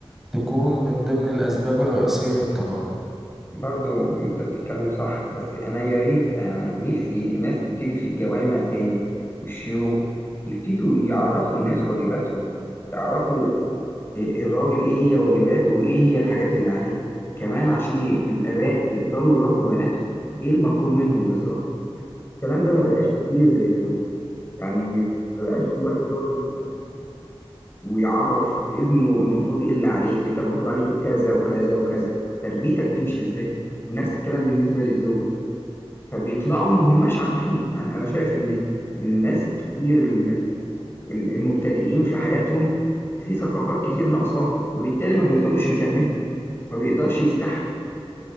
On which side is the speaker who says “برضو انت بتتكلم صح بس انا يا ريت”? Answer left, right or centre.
Left